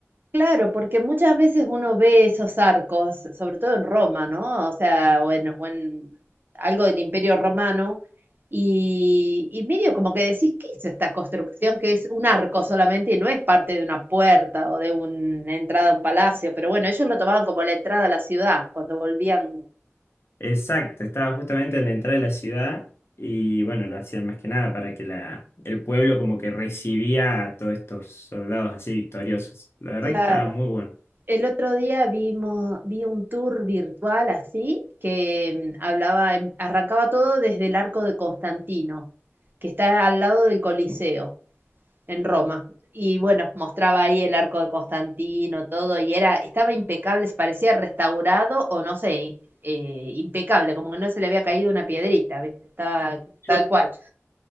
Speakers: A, on the right (about 45°); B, on the left (about 55°).
A: Claro, porque muchas veces uno ve esos arcos, sobre todo en Roma, ¿no? O sea, o en, o en algo del Imperio Romano, y, y medio como que decís, ¿qué es esta construcción que es un arco solamente y no es parte de una puerta o de una entrada a un palacio? Pero bueno, ellos lo tomaban como la entrada a la ciudad cuando volvían
B: Exacto, estaba justamente en la entrada de la ciudad y bueno, lo hacían más que nada para que la, el pueblo como que recibía a todos estos soldados así victoriosos. La verdad
A: Claro.
B: que estaba muy bueno.
A: El otro día vimos, vi un tour virtual así que mm, hablaba, em- arrancaba todo desde el arco de Constantino, que está al lado del Coliseo, en Roma. Y bueno, mostraba ahí el arco de Constantino, todo, y era, estaba impecable, parecía restaurado o no sé, eh, impecable, como que no se le había caído una piedrita, ¿viste? Estaba tal
B: Yo,
A: cual.